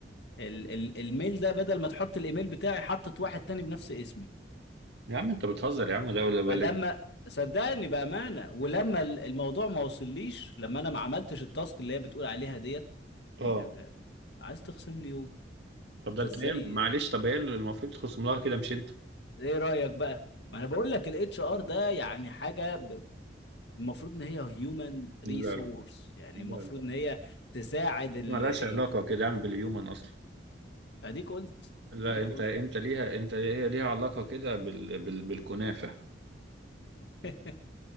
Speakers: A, on the left (about 65°); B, on the right (about 65°).
A: ال... ال... الميل ده بدل ما تحط الايميل بتاعي حطت واحد تاني بنفس اسمي
B: يا عم انت بتهزر يا عم ده ولا ولا
A: فلما صدقني بامانه ولما ال- الموضوع ما وصليش لما انا ما عملتش التاسك اللي هي بتقول عليها ديت
B: اه
A: ال... عايز تخصم لي يوم
B: طب
A: انت
B: ده انت
A: ازاي
B: ايه معلش طب ايه اللي المفروض تخصم لها كده مش انت
A: ايه رأيك بقى؟ ما انا بقول لك الاتش ار ده يعني حاجة ب... المفروض ان هي هيومن ريسورس
B: لا لا
A: يعني
B: لا
A: المفروض
B: لا
A: ان هي تساعد
B: هي
A: ال...
B: ملهاش
A: ال...
B: علاقه كده يا عم بالهيومن اصلا
A: اديك قلت
B: لا
A: اديك
B: انت
A: قلت
B: انت ليها انت هي ليها علاقة كده بال... بال... بالكنافة
A: <laughs>